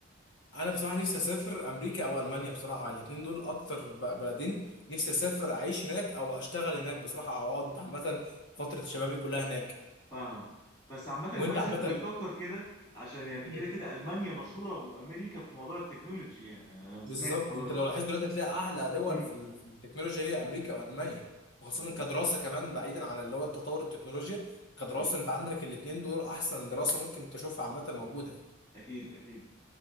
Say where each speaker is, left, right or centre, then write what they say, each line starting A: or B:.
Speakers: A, on the left; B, on the left.
A: انا بصراحه نفسي اسافر امريكا او المانيا بصراحه الاثنين دول اكتر ب- بلدين نفسي اسافر اعيش هناك او اشتغل هناك بصراحه او اقعد عامه فتره شبابي كلها هناك
B: فاهمه بس عامة
A: وانت
B: كويس
A: عامه
B: ان انت بتفكر كده عشان يعني
A: <laughs>
B: كده كده المانيا مشهوره وامريكا في موضوع التكنولوجي يعني انا أنا
A: بالظبط
B: سمعت الحوار
A: انت
B: ده
A: لو لاحظت دلوقتي هتلاقي اعلى دول
B: امم
A: في ال- في التكنولوجيا هي امريكا والمانيا وخاصه
B: ايوه
A: كدراسه كمان بعيدا عن اللي هو التطور التكنولوجيا كدراسه
B: ايوه
A: انت عندك الاثنين دول احسن دراسه ممكن تشوفها عامه موجوده
B: اكيد اكيد